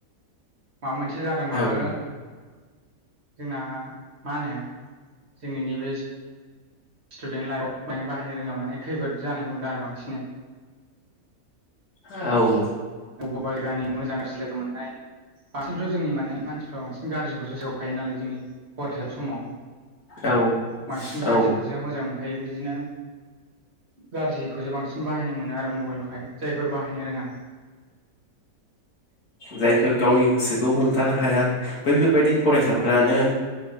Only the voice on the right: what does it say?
माबा मोनसे जादोंबाबो
जोंना मा होनो जोंनि नैबे स्टुडेन्ट लाइफआव बाहायनो रोङा माने खैफोद जानायखौ नुदों आरो बांसिनै
<unintelligible> गाननि मोजां लोगो मोननाय बांसिनथ' जोंनि माने मानसिफ्रा बांसिन गाज्रिखौसो सेखायो नालाय जोंनि फरायसा समाव
बांसिन गाज्रिखौसो
मोजां मोनखायो बिदिनो गाज्रिखौसो बांसिन बाहायनो मोनो आरो मबाइलावहाय जायफोर बाहायनो रोङा
औ